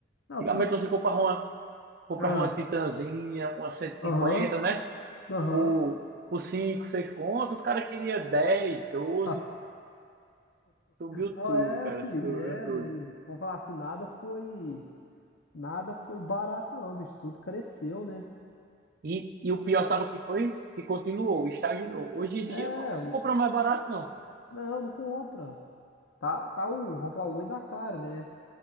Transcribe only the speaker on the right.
Antigamente
você comprava uma, comprava
uma Titanzinha, uma 150,
né?
por, por 5 6 contos, os caras queriam 10, 12,
subiu
tudo,
cara,
subiu
tudo.
E, e o pior, sabe o que foi? Que continuou, estagnou. Hoje em
dia você
não compra mais barato, não.